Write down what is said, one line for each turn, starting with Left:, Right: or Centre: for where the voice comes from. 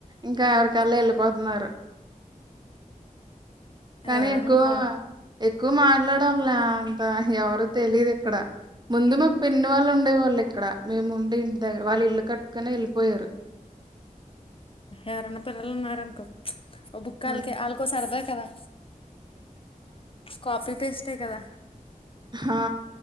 Right: ఇంకా
Left: ఆ
Right: ఎవరికల్లా వెళ్ళిపోతున్నారు కానీ
Left: ఎవరన్నా
Right: ఎక్కువ
Left: ఉన్నారు
Right: ఎక్కువ మాట్లాడంలే అంత ఎవరు తెలీదు ఇక్కడ ముందుమ పెన్ను వాళ్ళు ఉండే వాళ్ళు ఇక్కడ మేము ఉండి ఇంటి దగ్గర వాళ్ళు ఇల్లు కట్టుకనే వెళ్ళిపోయారు
Left: ఎవరన్న పల్ మార అన్కో ఒబ్బు కల్కి
Right: ఉమ్,
Left: ఆల్గసారదా కదా కాపీీ పేస్ట్ే కదా
Right: హా